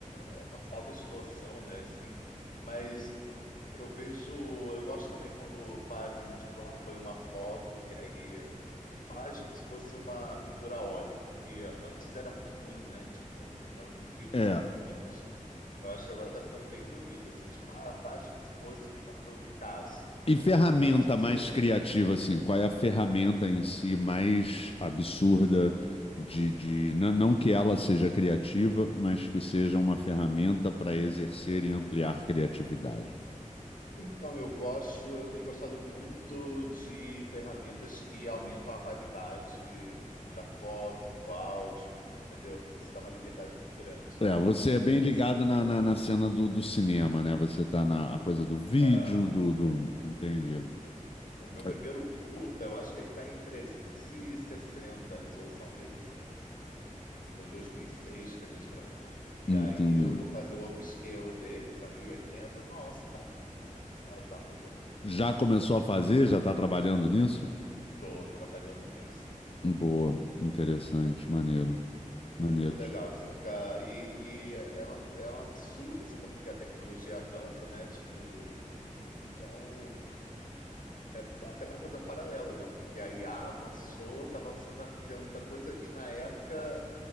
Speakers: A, on the left; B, on the left.
A: é uma falta de noção, né? Assim, mas eu vejo. Eu gosto também quando fazem, tipo, ah, põe uma foto e aí faz como se fosse uma pintura a óleo. Porque antes era muito ruim, né? Tipo, eram, eram
B: <laughs>
A: filtros
B: é.
A: muito ruins. Eu acho que agora tá ficando bem bonito, assim, tipo, ah, faz como se fosse pintado pelo Picasso.
B: E ferramenta
A: Faz como
B: mais
A: se fosse.
B: criativa, assim, qual é a ferramenta em si mais absurda de, de não, não que ela seja criativa, mas que seja uma ferramenta para exercer e ampliar criatividade?
A: Então, eu gosto, eu tenho gostado muito de ferramentas que aumentam a qualidade da foto, do áudio, entendeu? Porque isso dá uma liberdade muito grande.
B: É, você é bem
A: E
B: ligado
A: você-
B: na, na, na cena do, do cinema, né? Você tá na a coisa do vídeo,
A: é,
B: do, do... Entendi.
A: o meu
B: É,
A: primeiro curta, eu acho que ele está em 360 a resolução dele. Foi 2006 que a gente gravou. E
B: Entendi.
A: aí eu vou fazer o upscale dele para 1080. Nossa, tá lindo, sabe? Tá uma coisa linda,
B: Já
A: assim. sabe?
B: começou a fazer? Já tá trabalhando nisso?
A: Tô trabalhando nisso.
B: Boa, interessante, maneiro,
A: Muito
B: maneiro.
A: legal, assim, fica... E, e é um, é um absurdo, assim, como que a tecnologia avança, né? Tipo... Então, é, dá até para fazer um paralelo, né? Porque a IA avançou, tá avançando, tá criando muita coisa, e na época